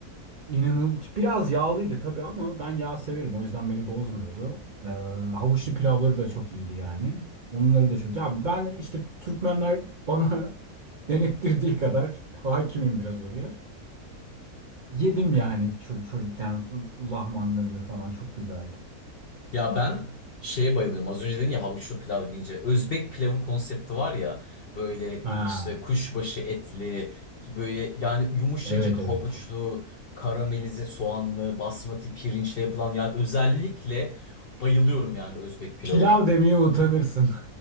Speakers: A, on the right; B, on the left.
A: İnanın biraz yağlıydı tabii ama ben yağ severim o yüzden beni bozmuyordu. Ee, havuçlu pilavları da çok iyiydi yani. Onları da çok. Ya ben işte Türkmenler bana <laughs> denettirdiği kadar hakimim biraz oraya. Yedim yani ço- çocukken lahmanlarını falan çok güzeldi.
B: Ya ben şeye bayılıyorum. Az önce dedin ya havuçlu pilav deyince. Özbek pilavı konsepti var ya. Böyle
A: Ha,
B: işte kuşbaşı etli, böyle yani yumuşacık
A: evet
B: havuçlu,
A: evet.
B: karamelize soğanlı, basmati pirinçle yapılan yani özellikle bayılıyorum yani Özbek pilavına.
A: Pilav demeye utanırsın.